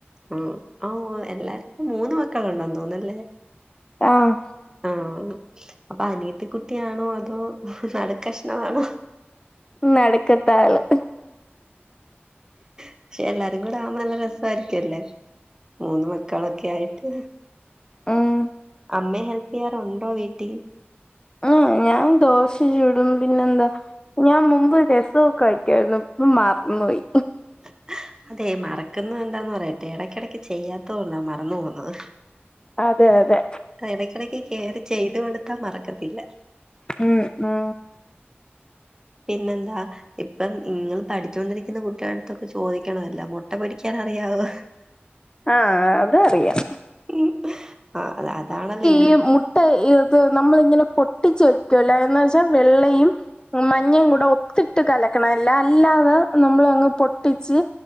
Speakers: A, on the right (about 15°); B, on the left (about 20°).
A: ആ ആ എല്ലാരും മൂന്ന് മക്കൾ ഉണ്ടെന്ന് തോന്നല്ലേ
B: ആഹ്
A: ആ അപ്പൊ അനിയത്തി കുട്ടിയാണോ അതോ നടു കഷ്ണമാണോ
B: നടുക്കത്താല്
A: പക്ഷെ എല്ലാരും കൂടെ ആവുമ്പോ നല്ല രസായിരിക്കുല്ലേ മൂന്ന് മക്കളൊക്കെ ആയിട്ട്
B: മ്മ്
A: അമ്മെ ഹെൽപ്പ് ചെയ്യാറുണ്ടോ വീട്ടില്
B: മ്മ് ഞാൻ ദോശ ചുടും പിന്നെന്താ ഞാൻ മുമ്പ് രസോക്കെ വെക്കോയിരുന്നു ഇപ്പൊ മർന്നോയി
A: <inaudible> അതെ മറക്കുന്നെ എന്താന്ന് പറയട്ടെ ഇടക്കിടക്ക് ചെയ്യാത്തോണ്ടാ മറന്നു പോകുന്നത്
B: അതെ അതെ
A: ഇടക്കിടക്ക് കെയറി ചെയ്ത് കൊടുത്താ മറക്കത്തില്ല
B: മ്മ് ആ
A: പിന്നെന്താ ഇപ്പം നിങ്ങൾ പഠിച്ചുകൊണ്ടിരിക്കുന്ന കുട്ടി അതൊക്കെ ചോദിക്കണല്ല മുട്ട പൊരിക്കാൻ അറിയാവോ
B: ആഹ അത് അറിയാം
A: ഉം അ അതാണല്ലെ ഇ
B: ഈ മുട്ട ഇത് നമ്മള് ഇങ്ങനെ പൊട്ടിച് വേകൂലെ എന്ന് വെച്ചാ വെള്ളയും മഞ്ഞയും കൂടെ ഒത്തിട്ട് കലക്കണല്ല അല്ലാതെ നമ്മൾ അങ്ങ് പൊട്ടിച്ച്